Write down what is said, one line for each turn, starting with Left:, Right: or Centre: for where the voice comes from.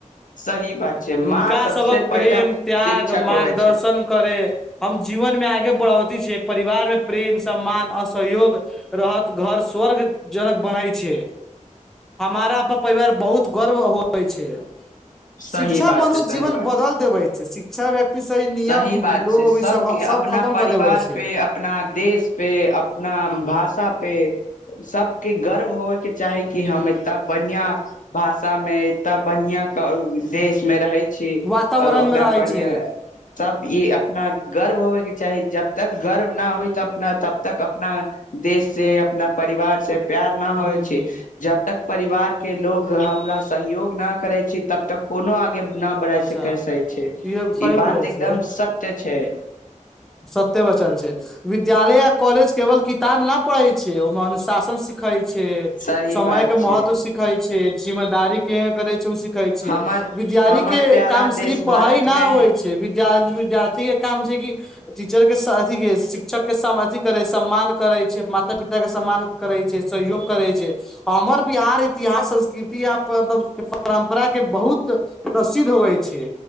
Left: सही बात छै
Centre: हुनका
Left: माँ सबसे
Centre: सभक प्रेम
Left: पहिला
Centre: त्याग
Left: शिक्षक
Centre: मार्गदर्शन
Left: होवे छै
Centre: करे हम जी जीवन मे आगे बढ़ौती छैय परिवार प्रेम सम्मान असहयोग रहत घर स्वर्ग जनक बनै छैय। हमारा अपन परिवार बहुत गर्व होइ छैय।
Left: सही
Centre: शिक्षा
Left: बात
Centre: मनुष्य
Left: छै सही
Centre: जीवन
Left: बात
Centre: बदल देबै छैय शिक्षा व्यक्ति नियम
Left: सही बात
Centre: लोभ
Left: छैय सबके
Centre: ई सब सब
Left: अपना
Centre: खतम
Left: परिवार
Centre: कऽ देबै छै
Left: पे अपना देश पे अपना भाषा पे सबके गर्व होवय के चाही कि कि हम एताना बढ़िया भाषा में एतता बढ़िया देश में रहय छैय
Centre: वातावरण
Left: अपना
Centre: मे रहै
Left: बढ़आ
Centre: छै
Left: तब ई अपना गर्व होबयके चाही जब तक गर्व न होइ तऽ अपना तब तक अपना देश से अपना परिवार से प्यार न होइ
Centre: हूँ
Left: छैय जब तक परिवारके लोग हमरा सहयोग नहि करै छी तब तक कोनो आगे न बड़ा
Centre: अच्छा
Left: से कर सकै छैय
Centre: इहो सही
Left: ई बात
Centre: बोलै
Left: एकदम
Centre: छियै
Left: सत्य छैय।
Centre: सत्य वचन छैय विद्यालय आ कॉलेज केवल किताब न पढ़ै छैय ओहिमे अनुशासन सिखै छैय
Left: सही
Centre: समय
Left: बात
Centre: के
Left: छै
Centre: महत्व सिखै छैय जिम्मेदारी के करे छैय कहै छ
Left: हमर
Centre: विद्यारी
Left: हमर
Centre: के
Left: प्यारा
Centre: काम
Left: देश
Centre: सिर्फ पढ़ाई
Left: भारत
Centre: नहि
Left: मे
Centre: होइ छैय विद्यार विद्यार्थी के काम छैय कि टीचर के सह अथी के शिक्षक के सम अथी करे सम्मान करै छैय माता पिता के सम्मान करै छैय। सहयोग करै छैय हमर बिहार इतिहास संस्कृति आ मतलब परम्पराके बहुत प्रसिद्ध होइ छै